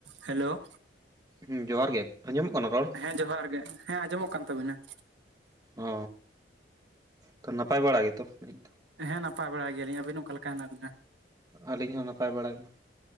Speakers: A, on the right (about 90°); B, on the right (about 20°).
A: Hello
B: ᱦᱩᱸ ᱡᱚᱦᱟᱨ ᱜᱮ ᱟᱸᱡᱚᱢᱚᱜ ᱠᱟᱱᱟ ᱨᱚᱲ?
A: ᱦᱮᱸ ᱡᱚᱦᱟᱨ ᱜᱮ ᱦᱮᱸ ᱟᱸᱡᱚᱢᱚᱜ ᱠᱟᱱ ᱛᱟᱹᱵᱤᱱᱟ
B: ᱚ ᱛᱚ ᱱᱟᱯᱟᱭ ᱵᱟᱲᱟ ᱜᱮᱛᱚ ᱱᱤᱛ ᱫᱚ?
A: ᱦᱮᱸ ᱱᱟᱯᱟᱭ ᱵᱟᱲᱟ ᱜᱮᱭᱟᱞᱤᱧ ᱟᱹᱵᱤᱱ ᱚᱠᱟ ᱞᱮᱠᱟ ᱦᱮᱱᱟᱜ ᱵᱤᱱᱟ?
B: ᱟᱹᱞᱤᱧ ᱦᱚᱸ ᱱᱟᱯᱟᱭ ᱵᱟᱲᱟ ᱜᱮ,